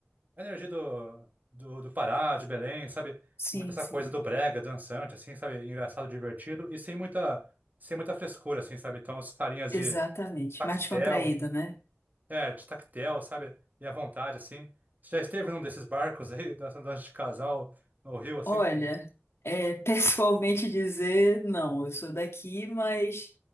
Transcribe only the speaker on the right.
energia do, do, do Pará, de Belém, sabe?
Muita essa
coisa do brega, dançante, assim, sabe? Engraçado, divertido e sem muita, sem muita frescura, assim, sabe? Então, os carinhas
de tactel,
é, de tactel, sabe? E à vontade, assim. Você já esteve num desses barcos aí, <laughs> dançando dança de casal no Rio, assim?